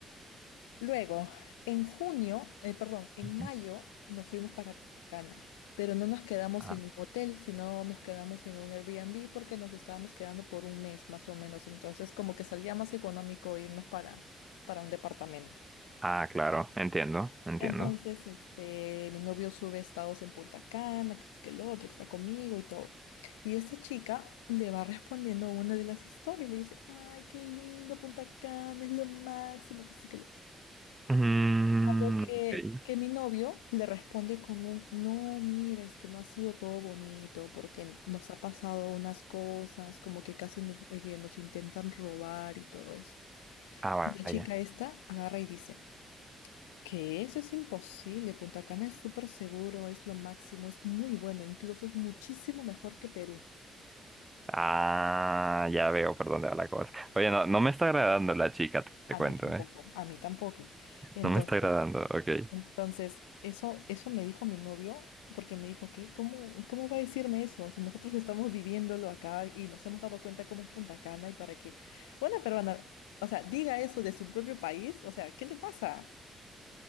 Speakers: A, on the left; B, on the right.
A: Luego, en junio, eh, perdón, en
B: Ujú.
A: mayo nos fuimos para Punta Cana, pero no nos quedamos
B: ok.
A: en un hotel, sino nos quedamos en un Airbnb porque nos estábamos quedando por un mes más o menos. Entonces, como que salía más económico irnos para, para un departamento.
B: Ah, claro, entiendo, entiendo.
A: Entonces, este, mi novio sube estados en Punta Cana, que, este, que el otro, que está conmigo y todo. Y esta chica le va respondiendo a una de las historias, le dice, ay, qué lindo Punta Cana, es lo máximo, que sí, que el otro.
B: Mm,
A: Lo que,
B: ok.
A: que mi novio le responde con un, no, mira, es que no ha sido todo bonito porque nos ha pasado unas cosas, como que casi nos, eh, que nos intentan robar y todo eso.
B: Ah,
A: Y la
B: vaya.
A: chica esta agarra y dice, que eso es imposible, Punta Cana es súper seguro, es lo máximo, es muy bueno, incluso es muchísimo mejor que Perú.
B: Ah, ya veo por dónde va la cosa. Oye, no, no me está agradando la chica, te, te
A: A
B: cuento,
A: mí tampoco,
B: ¿eh?
A: a mí tampoco. Entonces,
B: No me está agradando, ok.
A: Entonces, eso, eso me dijo mi novio, porque me dijo que, ¿cómo, cómo va a decirme eso? Si nosotros <laughs> estamos viviéndolo acá y nos hemos dado cuenta cómo es Punta Cana y para que una peruana, o sea, diga eso de su propio país, o sea, ¿qué le pasa?